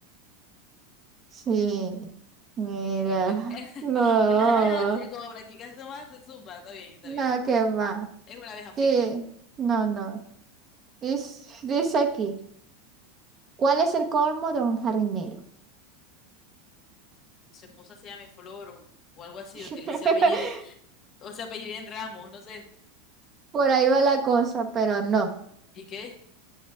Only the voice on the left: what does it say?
<laughs>
Claro, se- como practica zumba, se zumba, está bien, está
bien.
Es una abeja fitness.
Su esposa se llama Flor o, o algo así,
o tiene ese apellido, o se apellida en Ramos, no sé.
¿Y qué?